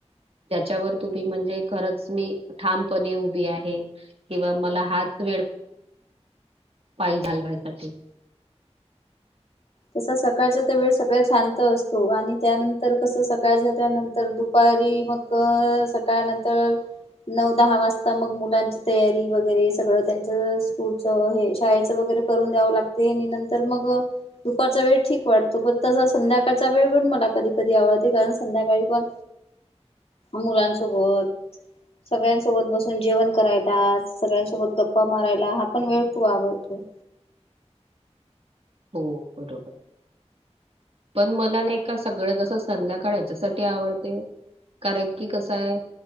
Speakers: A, on the right; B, on the left.
A: त्याच्यावर तुम्ही म्हणजे, खरंच मी ठामपणे उभी आहे. किंवा मला हाच वेळ, पाय घालवाय साठी.
B: कसं सकाळचा तर वेळ सगळ्यात शांत असतो, आणि त्यानंतर कसं सकाळ झाल्या नंतर दुपारी मग अ सकाळ नंतर नऊ दहा वाजता मग मुलांची तयारी वगैरे सगळं, त्यांच स्कूल अ हे शाळेचं वगैरे करून द्यावं लागतंय, आणि नंतर मग दुपारचा वेळ ठीक वाटतो, पण तसा संध्याकाळचा वेळ पण मला कधी कधी आवडतो कारण संध्याकाळी पण मुलांसोबत सगळ्यांसोबत बसून जेवण करायला, सगळ्यांसोबत गप्पा मारायला, हा पण वेळ खूप आवडतो.
A: हो बरोबर. पण मला नाही का सगळ्यात जास्त संध्याकाळ याच्यासाठी आवडते, कारण की कसंय,,